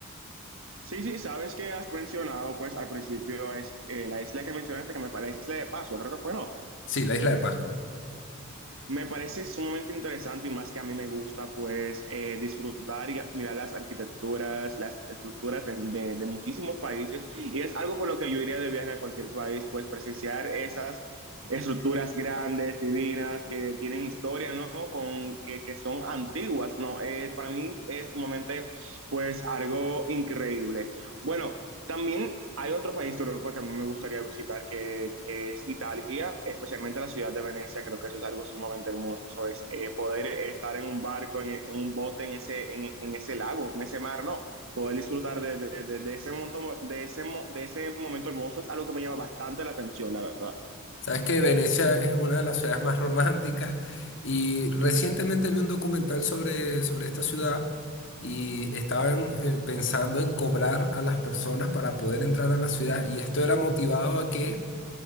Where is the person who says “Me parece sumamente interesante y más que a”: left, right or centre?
Right